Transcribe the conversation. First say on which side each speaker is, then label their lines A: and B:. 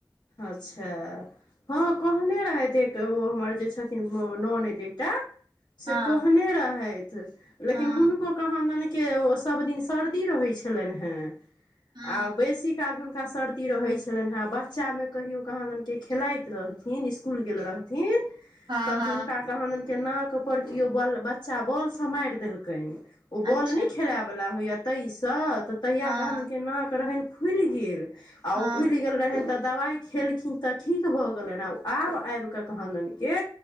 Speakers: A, on the left; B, on the right.
A: अच्छा हँ कहने रहैत एक ओ हमर जे छथिन ननैद एकटा से
B: हँ
A: कहने रहथि लेकिन
B: हँ
A: हुनको कहाँ मने के सब दिन सर्दी रहै छलनि हैं
B: हँ
A: आ बेसी काल हुनका का सर्दी रहै छलनि हैं बा बच्चा मे कहियो कहाँ दनके खेलाइत रहथिन स्कूल गेल रहथिन
B: हँ
A: तऽ
B: हँ
A: हुनका कहदन के नाकपर केओ बल बच्चा बॉल सँ मारि देलकनि ओ बॉल
B: अच्छा
A: नहि खेलायवला होइया तै सँ तऽ तहिया
B: हँ
A: कहादनि के नाक रहनि फुलि गेल आ
B: हँ
A: ओ फुलि गेल रहनि तऽ दबाइ खेलखिन तऽ ठीक भऽ गेलनि आ आब आबिकऽ कहादनके